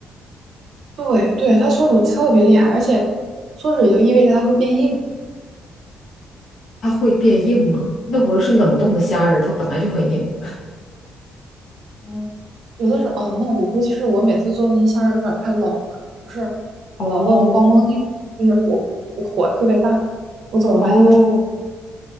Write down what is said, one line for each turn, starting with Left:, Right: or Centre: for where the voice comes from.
Right: 对对，它缩水特别厉害，而且缩水就意味着它会变硬，
Left: 它会变硬吗？那我是冷冻的虾仁儿，它本来就很硬。
Right: 嗯，有的时候哦，那我估计是我每次做那虾仁儿有点儿太老了，不是老到都梆梆硬了，
Left: 哦
Right: 就是我我火特别大，我总是拿现在
Left: 哦